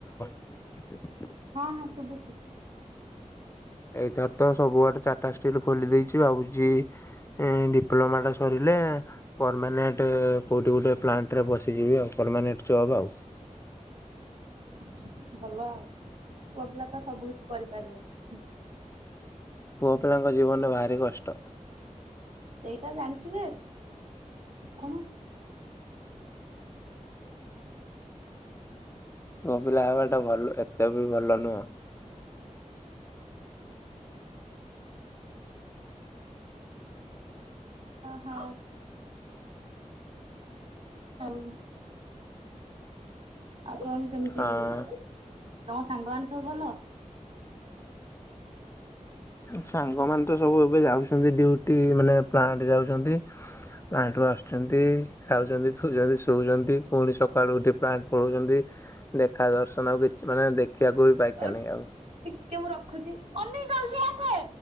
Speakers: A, on the left; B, on the right.
A: <inaudible>
B: ହଁ ହଁ ଶୁବୁଛି।
A: ଏଇଥର ତ ସବୁଆଡେ ଟାଟା ଷ୍ଟିଲ୍ ଖୋଲି ଦେଇଛି ଭାବୁଛି ଡିପ୍ଲୋମାଟା ସରିଲେ ପରମାନେଣ୍ଟ କୋଉଠି ଗୋଟେ ପ୍ଲାଣ୍ଟରେ ପସିଯିବି ଆଉ ପରମାନେଣ୍ଟ ଜବ ଆଉ।
B: ଆଚ୍ଛା ଭଲ ଆଉ ପୁଅପିଲା ତ ସବୁ କିଛି କରିପାରିବେ
A: ପୁଅ ପିଲାଙ୍କ ଜୀବନ ଭାରି କଷ୍ଟ
B: ସେଇଟା ଜାଣିଛି ଯେ କଣ ହୋଉଛି।
A: ପୁଅ ପିଲା ହେବା ଟା ଭଲ ଏତେ ବି ଭଲ ନୁହଁ
B: ହ ହ ହଉ ଆଉ କଣ କେମିତି
A: ହଁ
B: ହେଇ ତମ ସାଙ୍ଗ ମାନେ ସବୁ ଭଲ
A: ସାଙ୍ଗ ମାନେ ତ ସବୁ ଏବେ ଯାଉଛନ୍ତି ଡ୍ୟୁଟି ମାନେ ପ୍ଲାଣ୍ଟ ଯାଉଛନ୍ତି ପ୍ଲାଣ୍ଟ ରୁ ଆସୁଛନ୍ତି ଖାଉଛନ୍ତି ପିଉଛନ୍ତି ଶଉଛନ୍ତି ପୁଣି ସକାଳୁ ଉଠି ପ୍ଲାଣ୍ଟ ପଳଉଛନ୍ତି ଦେଖା ଦର୍ଶନ ଆଉ କିଛି ମାନେ ଦେଖିବାକୁ ବି ପାଇକ
B: ଓ
A: ନାହିଁ ଆଉ
B: ଟିକେ ମୁଁ ରଖୁଛି ଅନି ଜଲ୍ଦି ଆସେ।